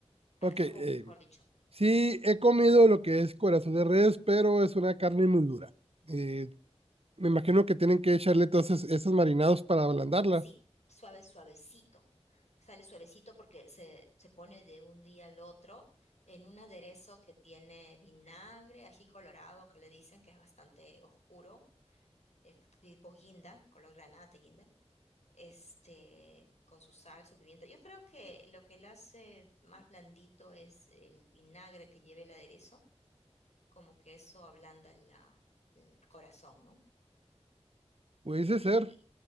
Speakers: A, on the right; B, on the left.
A: Ok,
B: al carbón,
A: eh,
B: mejor dicho.
A: sí he comido lo que es corazón de res, pero es una carne muy dura. Eh, me imagino que tienen que echarle todos esos, esos marinados para ablandarla.
B: Sí, suave, suavecito. Sale suavecito porque se, se pone de un día al otro en un aderezo que tiene vinagre, ají colorado, que le dicen que es bastante oscuro, es tipo guinda, color granate, guinda. este, con su sal, su pimienta. Yo creo que lo que le hace más blandito es el vinagre que lleva el aderezo, como que eso ablanda la, el corazón, ¿no?
A: Puede
B: Y
A: ser.